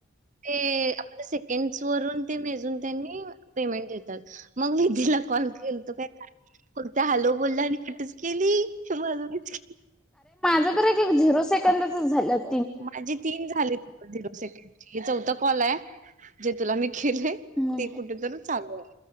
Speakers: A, on the right; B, in the centre.
A: ते आपल्या सेकंड वरुन ते मेजून त्यांनी पेमेंट देतात. मग म <unintelligible> धीला कॉल केल तो काय काय फक्त हॅलो बोलला आणि कटच केली माज मीज
B: झरो सेकदचच झालेत.
A: माझी तीन झाले <unintelligible> सेकड हे चौथ कॉले जे तुला मी केले.
B: हम्म
A: ते कुठे तरू चालूये.